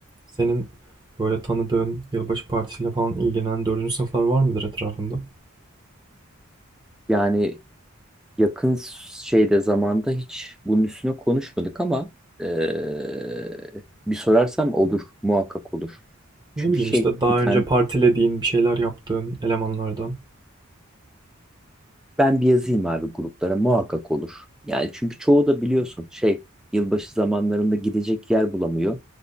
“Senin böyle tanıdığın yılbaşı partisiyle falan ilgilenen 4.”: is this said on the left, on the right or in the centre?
Right